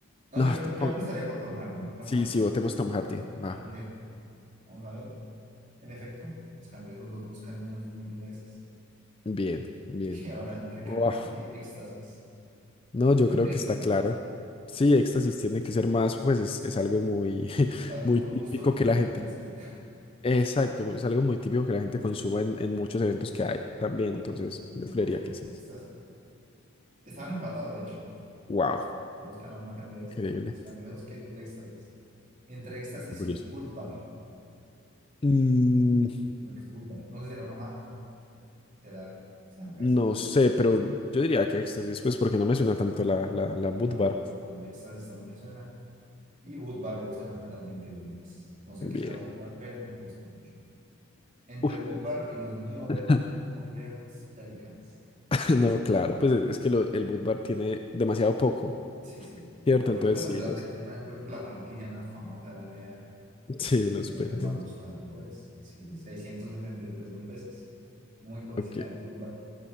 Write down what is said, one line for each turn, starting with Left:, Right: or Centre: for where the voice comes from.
Right: No,
Left: no,
Right: yo creo,
Left: tú pon-
Right: yo apostaría por Tom Hardy. Tom
Left: sí,
Right: Hardy
Left: sí, votemos
Right: no,
Left: Tom
Right: por
Left: Hardy.
Right: el cangrejo.
Left: Va,
Right: Vamos a ver. En efecto, los cangrejos los buscan menos de un millón de veces.
Left: bien, bien.
Right: <laughs> Y ahora entre cangrejos
Left: Uf,
Right: y éxtasis.
Left: no, yo
Right: Creo
Left: creo
Right: que
Left: que
Right: éxtasis.
Left: está claro. Sí, éxtasis tiene que ser más, pues es, es algo muy, <laughs>
Right: Tanto
Left: muy
Right: por
Left: típico
Right: gusto como
Left: que la
Right: por
Left: gente.
Right: prevención.
Left: Exacto, es algo muy típico que la gente consuma en, en muchos eventos que hay también.
Right: Entonces
Left: Entonces, yo creería
Right: vamos por
Left: que es eso.
Right: los Estaban empatados, de hecho.
Left: Wow,
Right: La buscan la misma cantidad de
Left: increíble.
Right: veces los cangrejos que el éxtasis. Entre éxtasis
Left: Qué curioso.
Right: y Budvar.
Left: Mm,
Right: No es Budvar. No sé si era una marca. Será cerveza.
Left: no sé, pero yo diría que éxtasis, pues porque no me suena tanto la, la, la Bud
Right: A ver,
Left: Bar.
Right: la otra cosa. Éxtasis también me suena. Y Budvar lo buscan apenas veintidós mil veces. No sé
Left: Bien.
Right: qué será Budvar, pero no lo buscan mucho. Entre
Left: Uf.
Right: Budvar y los New
Left: <laughs>
Right: Orle- Orleans Pelicans.
Left: <laughs> No, claro, pues es es que lo- el boot bar tiene demasiado poco,
Right: Sí, sí.
Left: ¿cierto?
Right: Y lo otro,
Left: Entonces
Right: pues,
Left: sí,
Right: a pesar
Left: los,
Right: de que es una, yo creo que la franquicia menos famosa de la NBA,
Left: sí, los
Right: Era
Left: pelicans.
Right: que el más buscado, pues, sí, seiscientos setenta y tres mil veces, muy por encima
Left: Ok.
Right: de Goodbar